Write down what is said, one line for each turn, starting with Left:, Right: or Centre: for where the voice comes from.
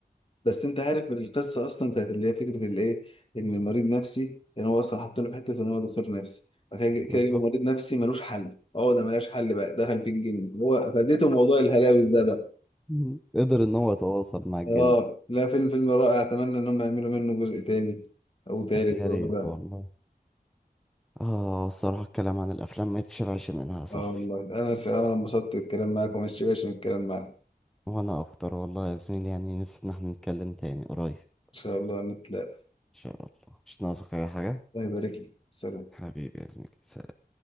Left: بس انت عارف القصه اصلا بتاعت اللي هي فكره الايه ان مريض نفسي يعني هو اصلا حاطينه في حته ان هو دكتور نفسي فكده كده
Centre: بالظبط
Left: جه مريض نفسي ملوش حل اه ده ملهاش حل بقى دخل في الجن هو فديته موضوع الهلاوس ده بقى
Centre: مم. قدر ان هو يتواصل مع الجن
Left: اه لا فيلم فيلم رائع اتمنى ان هم يعملوا منه جزء تاني او تالت
Centre: يا
Left: ورابع
Centre: ريت والله اه الصراحة الكلام عن الافلام ما يتشبعش منها يا صاحبي
Left: اه والله انا س- انا انبسطت بالكلام معاك وما اشتبعش من الكلام معاك ان
Centre: وانا اكتر والله يا زميلي يعني نفسي ان احنا نتكلم تاني قريب ان
Left: شاء الله نتلاقى
Centre: شاء الله مش ناقصك اي حاجة
Left: الله يبارك لك سلام
Centre: حبيبي يا زميلي سلام